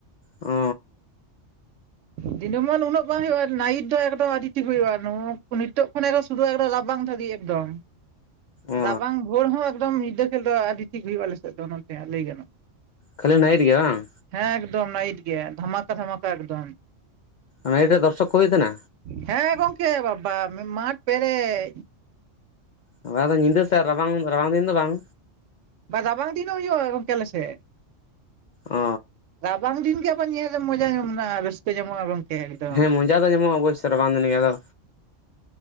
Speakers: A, on the left; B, on the right.
A: ᱚ
B: ᱫᱤᱱᱟᱹ ᱢᱟᱱ ᱩᱱᱟᱹᱜ ᱵᱟᱝ ᱦᱩᱭᱩᱜᱼᱟ ᱱᱟᱭᱤᱴ ᱫᱚ ᱮᱠᱫᱚᱢ ᱟᱰᱤ ᱴᱷᱤᱠ ᱦᱩᱭᱩᱜᱼᱟ ᱱᱤᱛᱚᱜ ᱠᱷᱚᱱ ᱥᱩᱨᱩ ᱮᱠᱫᱚᱢ ᱨᱟᱵᱟᱝ ᱫᱷᱟᱵᱤᱡ ᱮᱠᱫᱚᱢ
A: ᱚ
B: ᱨᱟᱵᱟᱝ ᱵᱷᱳᱨ ᱦᱚᱸ ᱮᱠᱫᱚᱢ ᱧᱤᱫᱟᱹ ᱠᱷᱮᱞ ᱫᱚ ᱟᱹᱰᱤ ᱴᱷᱤᱠ ᱦᱩᱭᱩᱜᱼᱟ ᱟᱞᱮ ᱥᱮᱫ ᱫᱚ ᱱᱚᱛᱮ ᱞᱟᱹᱭ ᱜᱟᱱᱚᱜᱼᱟ
A: ᱠᱷᱟᱞᱤ ᱱᱟᱭᱴ ᱜᱮ ᱵᱟᱝ
B: ᱦᱮᱸ ᱮᱠᱫᱚᱢ ᱱᱟᱭᱤᱴ ᱜᱮ ᱫᱷᱟᱢᱟᱠᱟ ᱫᱷᱟᱢᱟᱠᱟ ᱮᱠᱫᱚᱢ
A: ᱱᱟᱭᱴᱮ ᱨᱮ ᱫᱚᱨᱥᱚᱠ ᱠᱚ ᱦᱩᱭᱩᱜ ᱛᱟᱦᱮᱱᱟ
B: ᱦᱮᱸ ᱜᱚᱝᱠᱮ ᱵᱟᱵᱵᱟ ᱢᱟᱴᱷ ᱯᱮᱨᱮᱡ
A: ᱟᱱᱟ ᱫᱚ ᱧᱤᱫᱟᱹ ᱥᱮ ᱨᱟᱵᱟᱝ ᱨᱟᱵᱟᱝ ᱫᱤᱱ ᱫᱚ ᱵᱟᱝ
B: ᱵᱟ ᱨᱟᱵᱟᱝ ᱫᱤᱱ ᱦᱚᱸ ᱦᱩᱭᱩᱜᱼᱟ ᱜᱚᱢᱠᱮ ᱟᱞᱮᱥᱮ
A: ᱚ
B: ᱨᱟᱵᱟᱝ ᱫᱤᱱ ᱜᱮ ᱧᱮᱞᱨᱮ ᱢᱚᱡᱟ ᱧᱟᱢᱚᱜ-ᱟ ᱨᱟᱹᱥᱠᱟᱹ ᱧᱟᱢᱚᱜᱼᱟ ᱮᱠᱫᱚᱢ
A: ᱦᱮᱸ ᱢᱚᱡᱟ ᱫᱚ ᱧᱟᱢᱚᱜᱼᱟ ᱚᱵᱚᱥᱥᱳ ᱨᱟᱵᱟᱝ ᱫᱤᱱ ᱜᱮ ᱟᱫᱚ